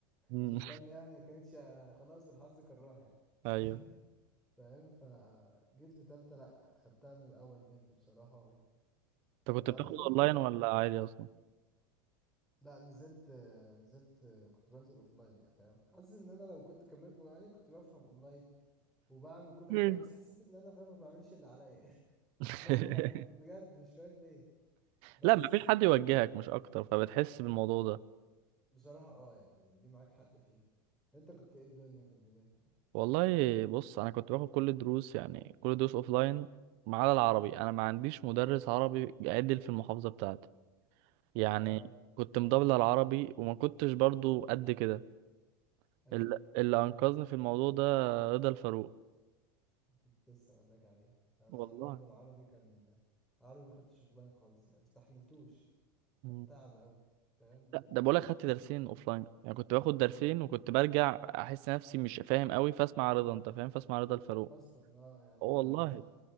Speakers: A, on the right (about 60°); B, in the centre.
A: مم.
B: عشان تانية يعني كانتش خلاص الحظ كان راح يعني
A: <laughs> ايوه
B: <laughs> فاهم فجيت في تالتة لأ خدتها من الأول جد بصراحة و...
A: انت كنت
B: وعارف
A: بتاخد
B: انت
A: اونلاين ولا عادي اصلا
B: لا نزلت نزلت كنت بنزل اوفلاين يعني فاهم حاسس ان انا لو كنت كملت اونلاين يعني كنت بفهم اونلاين وبعمل كل
A: مم.
B: حاجه بس حسيت ان انا فاهم ما بعملش اللي عليا <laughs>
A: <laughs>
B: مهما حد بجد مش فاهم ليه بس
A: لا مفيش حد يوجهك مش اكتر فبتحس بالموضوع ده
B: بصراحه اه يعني دي معاك حق فيها انت كنت ايه الدنيا في البدايه
A: والله بص انا كنت باخد كل الدروس يعني كل الدروس اوفلاين ما عدا العربي انا ما عنديش مدرس عربي بيعدل في المحافظه بتاعتي يعني
B: اه
A: كنت مضبله العربي وما كنتش برضو قد كده
B: ايوه
A: ال- اللي انقذني في الموضوع ده رضا الفاروق
B: كنت لسه اقول لك عليه انا
A: والله
B: برضو العربي كان العربي ما خدتش اوفلاين خالص يعني مستحملتوش كان
A: مم.
B: تعب قوي فاهم
A: لا ده بقولك خدت درسين اوفلاين يعني كنت باخد درسين وكنت برجع احس نفسي مش فاهم قوي فاسمع رضا انت فاهم فاسمع رضا الفاروق
B: اصلا اه يعني
A: اه والله
B: ده احنا